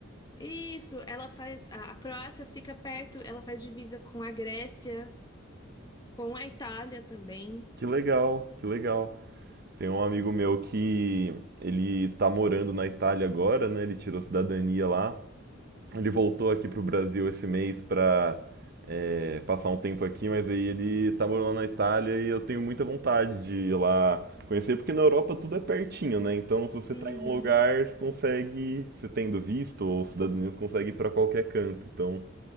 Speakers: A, on the left (about 20°); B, on the right (about 50°).
A: Isso, ela faz. A, a Croácia fica perto, ela faz divisa com a Grécia, com a Itália também.
B: Que legal, que legal. Tem um amigo meu que ele tá morando na Itália agora, né? Ele tirou cidadania lá. Ele voltou aqui pro Brasil esse mês pra é, passar um tempo aqui, mas aí ele tá morando na Itália e eu tenho muita vontade de ir lá conhecer, porque na Europa tudo é pertinho, né? Então se você
A: Uhum,
B: tá em um lugar, você consegue, você tendo visto ou cidadania, você consegue ir pra qualquer canto. Então